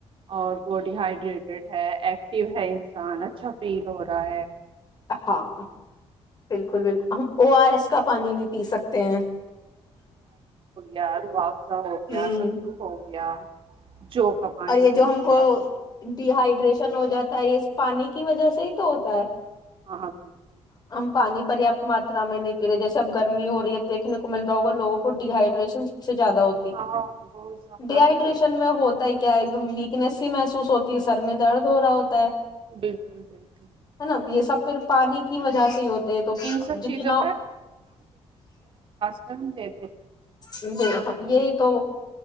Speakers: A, on the right; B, on the left.
A: اور باڈی ہائڈریٹیڈ ہے ایکٹو ہے انسان اچھا فیل ہو رہا ہے
B: ہاں بالکل بالکل آر ای اس کا پانی بھی پی سکتے ہیں
A: یارو آپ ہو گیا
B: ہوں
A: ستو ہو گیا جو کبانی
B: اور یہ جو
A: ہو
B: ہم
A: گیا
B: کو ڈی ہائیڈریشن ہو جاتا ہے یہ پانی کی وجہ سے ہی تو ہوتا ہے
A: آ بالکل
B: ہم پانی پریاپت ماترا میں نہیں پی رہے جیسے اب گرمی ہو رہی اب دیکنے کو مل رہا ہوگا لووں کو ڈیہائڈریشن سب سے زیادہ
A: ہاں بہت زیادہ
B: ڈ ہائڈریشن
A: ہو رہی ہے
B: میں ہوتا ہی ایک دم ویکنیس ہی میں محسو ہوتی ہے سر میں درد ہو رہا ہوتا ہے
A: بالکل بالکل
B: ہے نا یہ سب پھر پانی کی وجہ سے ہی ہوتے ہے تو
A: ان سب
B: جتنا
A: چیزوں ہاں جی
B: ج یہی تو